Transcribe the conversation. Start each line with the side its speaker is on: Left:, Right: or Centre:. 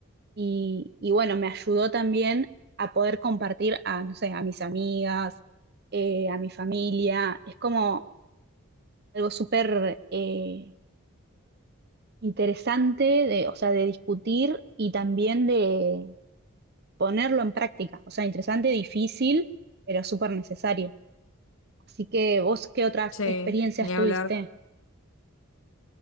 Right: Y, y bueno, me ayudó también a poder compartir a, no sé, a mis amigas, eh, a mi familia. Es como algo súper eh, interesante, de, o sea, de discutir y también de ponerlo en práctica. O sea, interesante, difícil, pero súper necesario. Así que vos, ¿qué otras
Left: sí,
Right: experiencias
Left: ni
Right: tuviste?
Left: hablar.